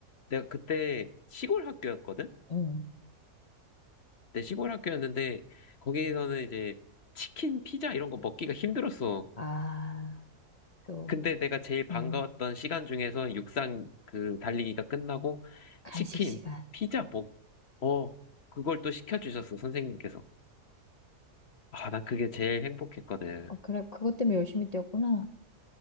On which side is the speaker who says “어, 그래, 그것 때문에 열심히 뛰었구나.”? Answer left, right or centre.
Left